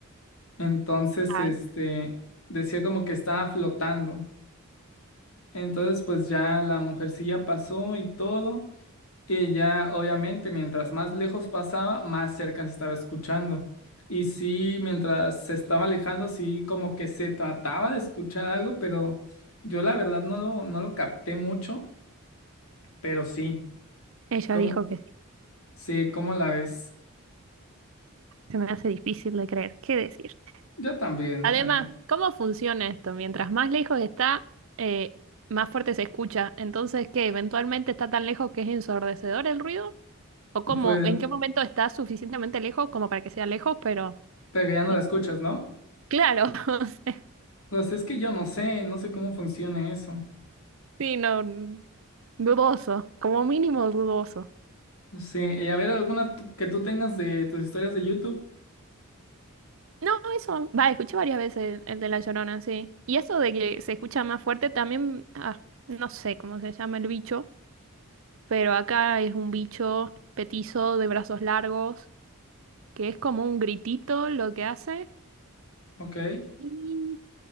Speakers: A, on the left; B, on the right.
A: Entonces,
B: Ay,
A: este, decía como que estaba flotando. Entonces, pues ya la mujercilla pasó y todo. Y ya, obviamente, mientras más lejos pasaba, más cerca se estaba escuchando. Y sí, mientras se estaba alejando, sí, como que se trataba de escuchar algo, pero yo la verdad no lo, no lo capté mucho, pero sí,
B: ella
A: ¿cómo?
B: dijo que sí.
A: Sí, ¿cómo la ves?
B: Se me hace difícil de creer. ¿Qué decirte?
A: Yo también,
B: Además,
A: la neta.
B: ¿cómo funciona esto? Mientras más lejos está, eh, más fuerte se escucha. Entonces, ¿qué? ¿Eventualmente está tan lejos que es ensordecedor el ruido? ¿O cómo?
A: Pues,
B: ¿En qué momento está suficientemente lejos como para que sea lejos? Pero
A: pero ya no
B: mm,
A: la escuchas, ¿no?
B: claro, <laughs> o sea,
A: Pues es que yo no sé, no sé cómo funcione eso.
B: sí, no, dudoso, como mínimo dudoso.
A: No sé, y a ver, alguna t- que tú tengas de tus historias de YouTube,
B: No, eso, va, escuché varias veces el de La Llorona, sí. Y eso de que se escucha más fuerte también, ah, no sé cómo se llama el bicho, pero acá es un bicho petizo de brazos largos, que es como un gritito lo que hace.
A: ok,
B: Y